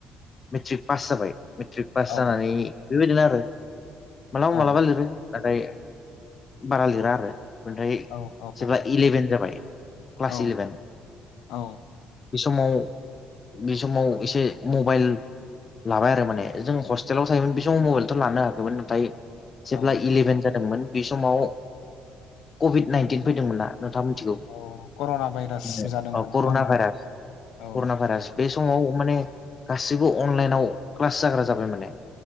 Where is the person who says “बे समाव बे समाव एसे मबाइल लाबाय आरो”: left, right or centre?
Left